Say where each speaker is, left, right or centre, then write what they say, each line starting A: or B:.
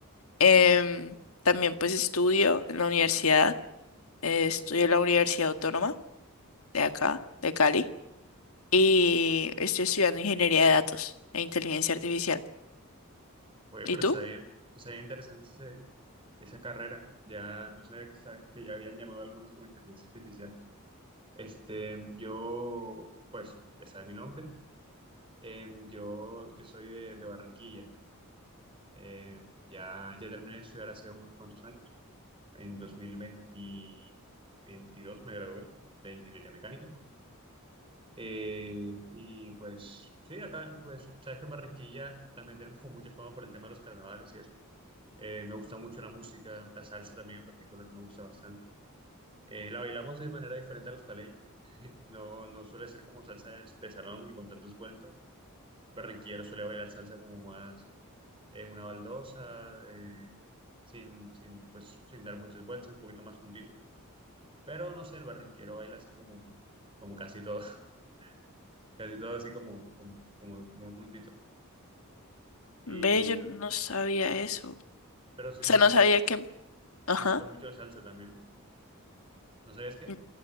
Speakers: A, on the left; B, on the right.
A: Em, también pues estudio en la universidad, eh, estudio en la Universidad Autónoma. de acá, de Cali, y estoy estudiando ingeniería de datos e inteligencia artificial.
B: Oye,
A: ¿Y
B: pero
A: tú?
B: está bien, está bien interesante ese- esa carrera. Ya no sabía que, estaba que ya habían llamado algunas como inteligencia artificial. Este, yo, pues, ya sabes mi nombre. Em, yo, yo soy de de Barranquilla. Eh, ya, ya terminé de estudiar hace unos cuantos años. En 2022 me gradué de ingeniería mecánica. Eh, y pues sí, acá, pues sabes que en Barranquilla también tenemos como mucha fama por el tema de los carnavales y eso. Eh, me gusta mucho la música, la salsa también en particular me gusta bastante. Eh, la bailamos de manera diferente a los caleños. <laughs> No, no suele ser como salsa de, de salón y con tantas vueltas. Barranquillero suele bailar salsa como más en una baldosa, eh, sin, sin, pues, sin dar muchas vueltas, un poquito más juntito. Pero no sé, el barranquero baila así como, como casi todo, <laughs> casi todo así como, como, como muy juntito. Y,
A: Ve, yo no sabía eso. O
B: pero sí
A: sea,
B: nos
A: no
B: gusta,
A: sabía que, ajá,
B: nos gusta mucho la salsa también. ¿No sabías qué?
A: n-